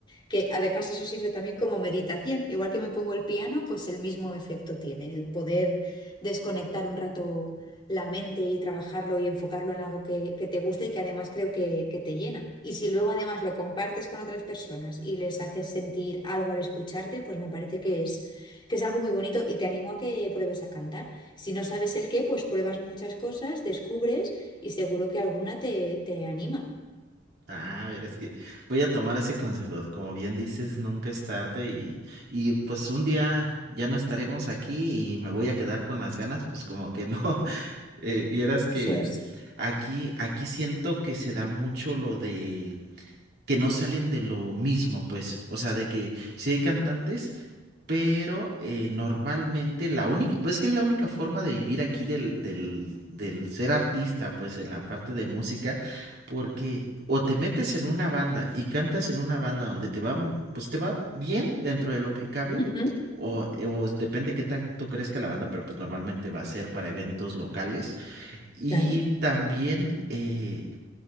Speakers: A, on the left; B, on the right.
A: que además eso sirve también como meditación. Igual que me pongo el piano, pues el mismo efecto tiene, el poder desconectar un rato la mente y trabajarlo y enfocarlo en algo que, que te gusta y que además creo que, que te llena. Y si luego además lo compartes con otras personas y les haces sentir algo al escucharte, pues me parece que es, que es algo muy bonito y te animo a que pruebes a cantar. Si no sabes el qué, pues pruebas muchas cosas, descubres y seguro que alguna te, te anima.
B: Ah, verás que voy a tomar ese consejo. Como bien dices, nunca es tarde y, y pues un día ya no estaremos aquí y me voy a quedar con las ganas, pues como que no. <laughs> Eh, vieras que
A: Eso es.
B: aquí, aquí siento que se da mucho lo de que no salen de lo mismo, pues. O sea, de que sí hay cantantes, pero eh, normalmente la única, pues es que es la única forma de vivir aquí del, del, del ser artista, pues en la parte de música, porque o te metes en una banda y cantas en una banda donde te va, pues te va bien dentro de lo que cabe.
A: Ujú.
B: O, eh, o depende qué tanto crezca la banda, pero pues normalmente va a ser para eventos locales. Y
A: Claro.
B: también eh,